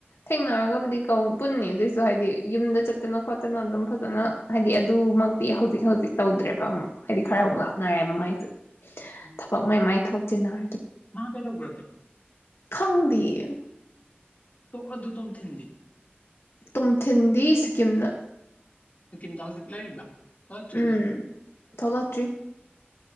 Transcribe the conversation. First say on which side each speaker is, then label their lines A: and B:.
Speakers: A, on the left; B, on the left.
A: ꯊꯦꯡꯅꯔꯒꯕꯨꯗꯤ ꯀꯧ ꯄꯨꯟꯅꯤ ꯑꯗꯨꯏꯁꯨ ꯍꯥꯏꯗꯤ ꯌꯨꯝꯗ ꯆꯠꯇꯅ ꯈꯣꯠꯇꯅ ꯑꯗꯨꯝ ꯐꯖꯅ ꯍꯥꯏꯗꯤ ꯑꯗꯨꯃꯛꯇꯤ ꯍꯧꯖꯤꯛ ꯍꯧꯖꯤꯛ ꯇꯧꯗ꯭ꯔꯦꯕ ꯑꯃꯨꯛ ꯍꯥꯏꯗꯤ
B: ꯎꯝ
A: ꯈꯔ ꯋꯥꯞꯅꯔꯦ ꯃꯥꯏꯖ ꯑꯗꯨ
B: ꯎꯝ
A: ꯊꯕꯛ ꯃꯥꯏ ꯃꯥꯏ ꯊꯕꯛ ꯆꯦꯅꯥꯏ
B: ꯃꯥ ꯀꯩꯗꯧꯒꯔꯥꯒꯦ
A: ꯈꯪꯗꯤꯌꯦ
B: ꯇꯣ ꯑꯗꯣ ꯇꯣꯝꯊꯤꯟꯗꯤ
A: ꯇꯣꯝꯊꯤꯟꯗꯤ ꯁꯤꯀꯤꯝꯗ
B: ꯁꯤꯀꯤꯝꯗ ꯍꯨꯖꯤꯛ ꯂꯩꯔꯤꯕ ꯊꯣꯛꯂꯛꯇ꯭ꯔꯦꯗꯣ
A: ꯎꯝ ꯊꯣꯂꯛꯇ꯭ꯔꯤ